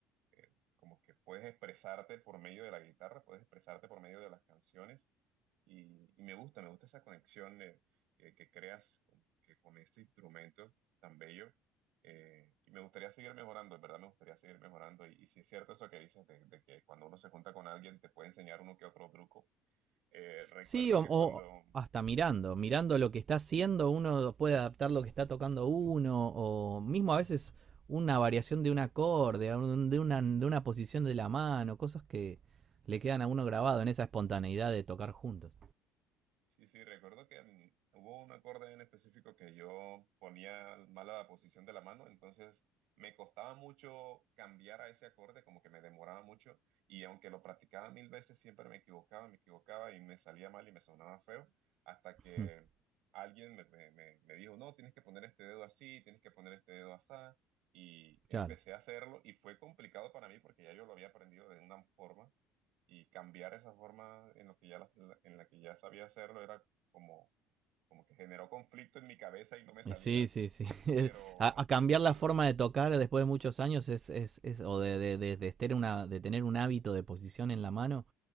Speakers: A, on the right (about 75°); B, on the right (about 40°).
A: eh, como que puedes expresarte por medio de la guitarra, puedes expresarte por medio de las canciones y, y me gusta, me gusta esa conexión eh, que, que creas con, que con este instrumento tan bello. eh, y me gustaría seguir mejorando, en verdad me gustaría seguir mejorando. Y, y si es cierto eso que dices de, de que cuando uno se junta con alguien te puede enseñar uno que otro truco. Eh, recuerdo
B: Sí, o,
A: que
B: o
A: cuando
B: hasta mirando, mirando lo que está haciendo, uno puede adaptar lo que está tocando uno, o mismo a veces una variación de un acorde, a un- de una, de una posición de la mano, cosas que le quedan a uno grabado en esa espontaneidad de tocar juntos.
A: Sí, sí, recuerdo que mm, hubo un acorde en específico que yo ponía mala la posición de la mano, entonces me costaba mucho cambiar a ese acorde, como que me demoraba mucho, y aunque lo practicaba mil veces, siempre me equivocaba, me equivocaba y me salía mal y me sonaba feo, hasta que
B: <laughs>
A: alguien me, me- me- me dijo, no, tienes que poner este dedo así, tienes que poner este dedo así, y empecé
B: Claro.
A: a hacerlo, y fue complicado para mí porque ya yo lo había aprendido de una forma y cambiar esa forma en lo que ya la- la- en la que ya sabía hacerlo era como como que generó conflicto en mi cabeza y no me salía,
B: Y Sí, sí, sí. <laughs>
A: pero
B: A, a cambiar
A: al final
B: la forma de tocar después de muchos años es, es, es- o de, de, de- de, tener una, de tener un hábito de posición en la mano